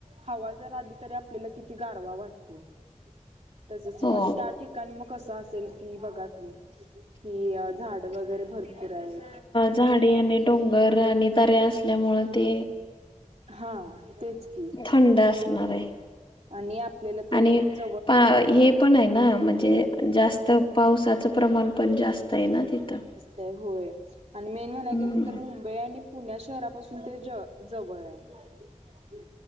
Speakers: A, on the right (about 65°); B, on the left (about 45°).
A: हवा जर आली तरी आपल्याला किती गारवा वाटतो. तसच
B: हो
A: म त्या ठिकाणी म कसं असेल की बघा की कि अ झाडं वगैरे भरपूर आहेत.
B: झाडे आणि डोंगर आणि दऱ्या असल्यामुळे ते
A: हा तेच. की
B: थंडा असणार आहे.
A: आणि आपल्याला ते
B: आणि
A: ज
B: पा हे पण आहे ना म्हणजे जास्त पावसाचं प्रमाण पण जास्त आहे ना तिथं.
A: तय होय आणि मेन म्हणाय
B: हम्म
A: गेलं तर मुंबई आणि पुण्या शहरापासून ते ज जवळ आहे.